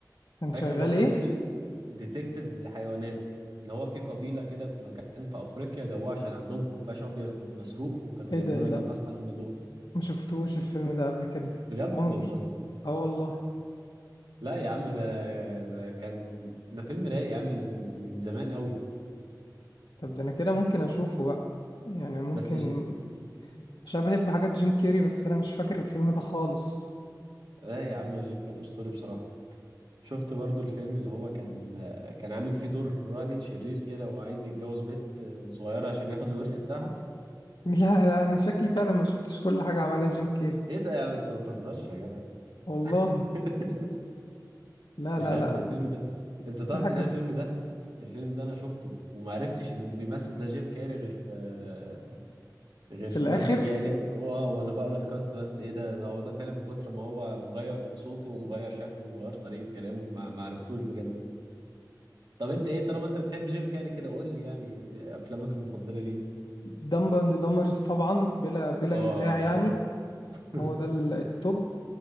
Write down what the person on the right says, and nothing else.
فاكر
اللي هو كان
طول الديتكتيف لحيوانات اللي هو في قبيلة كده في مكان في افريقيا جابوه عشان عندهم خفاش ابيض مسروق وكانوا جايبينه
يتكسر الموضوع
بجد
والله
لا يا عم ده ده كان ده فيلم رايق يا عم من زمان قوي
بس جي...
اه يا عم جينكر اسطوري بصراحه شفت برضو الفيلم اللي هو كان آه، كان عامل فيه دور راجل شرير كده وعايز يتجوز بنت آه، صغيره عشان ياخد الورث بتاعها
ايه ده يا عم انت ما بتهزرش يا جدع
<laughs>
مش
عارف
ده الفيلم ده انت تعرف
ان أنا الفيلم ده الفيلم ده انا شفته وما عرفتش ان اللي بيمثل ده جيم كاري غير في آه، غير
في
مثلا يعني واو وانا بقرا الكاست بس ايه ده ده هو ده فعلا من كتر ما هو مغير صوته ومغير شكله ومغير طريقه كلامه ما ما عرفتوش بجد طب انت ايه طالما انت بتحب جيم كاري كده قول لي يعني ب- افلامك المفضله ليه
اه
اوف <laughs>